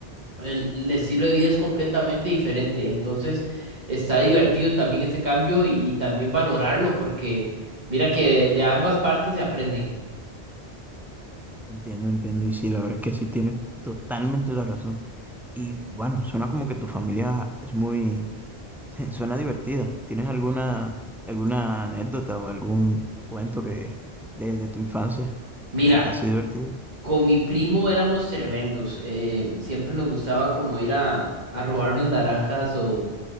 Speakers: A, on the right (about 40°); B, in the centre.
A: el, el estilo de vida es completamente diferente, entonces está divertido también ese cambio y, y también valorarlo porque mira que de, de ambas partes se aprenden.
B: Entiendo, entiendo, y sí, la verdad es que sí tienes totalmente la razón. Y bueno, suena como que tu familia es muy <laughs> Suena divertida. ¿Tienes alguna, alguna anécdota o algún cuento que de, de tu infancia
A: Mira,
B: ha sido divertido?
A: con mi primo éramos tremendos, eh, siempre nos gustaba como ir a, a robarnos naranjas o